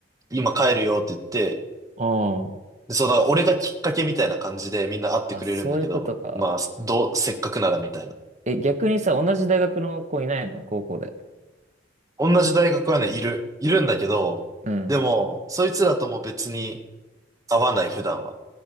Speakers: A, on the right; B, on the right.
A: う、今帰るよって言って、
B: あ
A: で、そう、だから俺がきっかけみたいな感じでみんな会ってくれるんだけど、
B: あ。あ、そういうことか。
A: まあ、どう、せっかくならみたいな。
B: え、逆にさ、同じ大学の子いないの高校で。
A: 同じ大学はね、いる、いるんだけど、
B: うん。
A: でも、そいつらとも別に会わない、普段は。